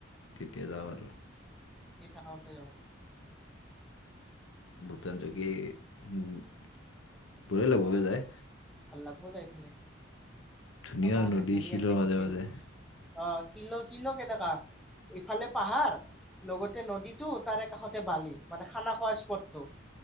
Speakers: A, on the left; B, in the centre.
A: তেতিয়া যাম আৰু।
B: একাউণ্টতে যাব লাগে।
A: বুটান যোগীবোৰে লবহে যায়।
B: ভাল লাগব যাইফেলে।
A: ধুনীয়া
B: আমাৰ
A: নদী
B: হেৰিয়াতে
A: শিলৰ মাজে
B: গেছিল
A: মাজে
B: অ', শিল শিল কেনেকা ইফালে পাহাৰ লগতে নদীটো তাৰে কাষতে বালি মানে খানা খোৱা, স্পট তো।